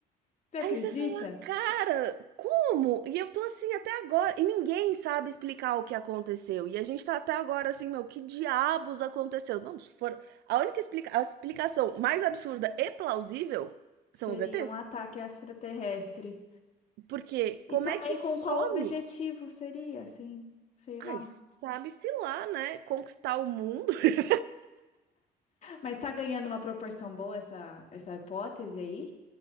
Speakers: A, on the left; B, on the right.
A: Você acredita?
B: Aí você fala, cara, como? E eu tô assim até agora. E ninguém sabe explicar o que aconteceu. E a gente tá até agora assim, meu, que diabos aconteceu? Não, se for. A única explica... a explicação mais absurda e plausível
A: Seria
B: são os ETs.
A: um ataque extraterrestre.
B: Porque
A: E
B: como
A: também
B: é que some?
A: com qual objetivo seria, assim? Sei
B: Ai,
A: lá.
B: sabe-se lá, né? Conquistar o mundo. <laughs>
A: Mas tá ganhando uma proporção boa essa, essa hipótese aí?